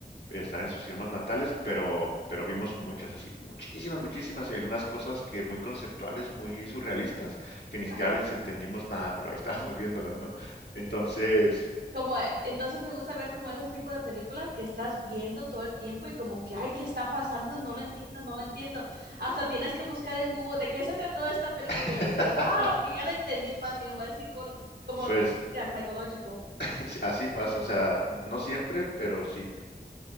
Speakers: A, on the left; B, on the right.
A: están en sus idiomas natales, pero, pero vimos muchas, así, muchísimas, muchísimas, y algunas cosas que muy conceptuales, muy surrealistas, que ni siquiera
B: Ajá.
A: les entendimos nada, pero ahí <laughs> estábamos viéndolas, ¿no? Entonces,
B: Como, eh, entonces te gusta ver como esos tipos de películas que estás viendo todo el tiempo y como que, ay, ¿qué está pasando? No lo entiendo, no lo entiendo. Hasta tienes que buscar en Google de qué se trató esta película
A: <laughs>
B: y dices, ah, ok, ya la entendí más bien, va a ver psicol- como,
A: pues
B: yeah, psicológico.
A: <laughs> así pasa, o sea, no siempre, pero sí.